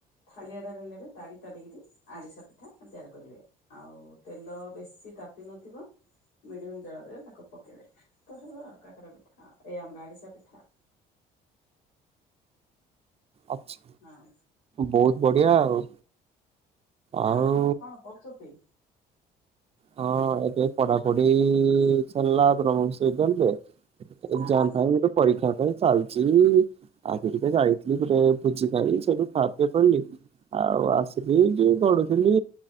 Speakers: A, on the left; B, on the right.
A: ଥାଳିଆଟାରେ ନେବେ ତାଡି ତାଡ଼ିକିରି ଆଡିଶା ପି ପିଠା ତିଆରି କରିବେ। ଆଉ ତେଲ ବେଶୀ ତାତି ନଥିବ ମିଡିୟମ ଜାଳରେ ତାକୁ ପକେଇବେ, ତ ହେବ ଆଉ କାକରା ପିଠା ଆଉ ଏ ଆମର ଆରିସା ପିଠା ଆଉ।
B: ଅଛି।
A: ହଁ।
B: ବହୁତ ବଢିଆ ଆଉ। ଆଉ
A: ଆ ଆପଣ କଣ କରୁଚତି?
B: ହଁ ଏବେ ପଢାପଢି ସରିଲା ବ୍ରହ୍ମଶ୍ରୀ କଲରେ
A: ହଁ
B: ଏକ୍ଜାମ
A: ହଁ
B: ପାଇଁ ଗୋଟେ ପରୀକ୍ଷା ପାଇଁ ଚାଲିଛି ଆଗ ଟିକେ ଯାଇଥିଲି ବୁଲିଆ ଭୋଜି ଖାଇ ସେଉଠୁ ଖା ପିଅ କରିଲି। ଆଉ ଆସିଲି ଟିକେ ଗଢୁଥିଲି